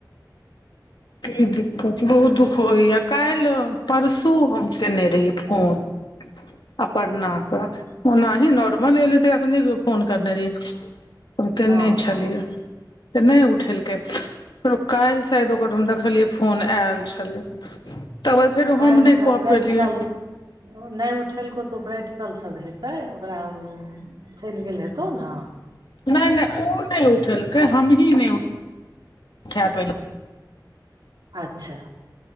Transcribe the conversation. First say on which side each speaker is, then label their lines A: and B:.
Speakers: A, on the left (about 75°); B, on the right (about 70°).
A: की दिक्कत, बहुत दुःख होइया काल्हि परसू हम केने रहियै फोन। अपर्णा
B: हँ
A: कऽ ओनाहि नॉर्मल अल तऽ नहि फोन करने रह य। केने
B: हँ
A: छलियै त नहि उठेलकै फेरो कएल शायद। ओकर देखलियै फोन आयल छलै तकर बाद फेरो
B: तऽ काल्हि
A: हम
B: ओकरा
A: नहि कऽ
B: प्रैक्टिकल
A: पेलियै।
B: नहि उठेलको तऽ ओ प्रैक्टिकलसभ हेतै ओकरा। चलि गेलै हेतोव ना।
A: नहि नहि ओ नहि उठलकै हमी नहि उठ। खा पैलहूँ
B: अच्छा